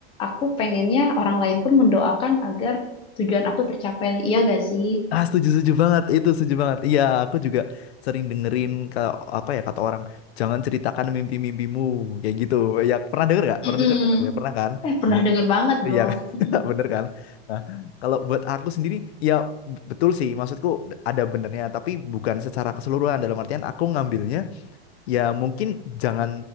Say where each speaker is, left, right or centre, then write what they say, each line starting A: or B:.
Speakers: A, on the left; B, on the left.
A: aku pengennya orang lain pun mendoakan agar tujuan aku tercapai. Iya gak sih?
B: Ah, setuju, setuju banget. Itu setuju banget. Iya, aku juga sering dengerin kalau apa ya kata orang, jangan ceritakan mimpi-mimpimu kayak gitu. Ya, pernah denger nggak? Pernah
A: Mm-mm.
B: denger nggak? Ya, pernah kan?
A: Eh pernah
B: Nah,
A: denger banget dong.
B: iya kan?
A: Mm-mm.
B: <laughs> bener kan? Nah, kalau buat aku sendiri, ya betul sih. Maksudku ada benernya, tapi bukan secara keseluruhan. Dalam artian aku ngambilnya ya mungkin jangan